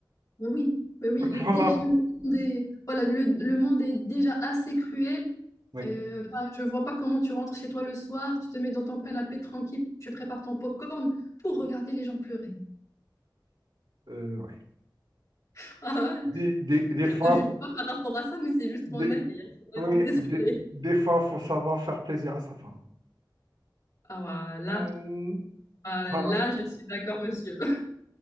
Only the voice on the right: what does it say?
<laughs>
Voilà.
Oui,
euh, oui.
Des, des,
des
fois,
faut-
des,
oui,
des, des fois, faut savoir faire plaisir à sa femme.
Mm,
Voilà,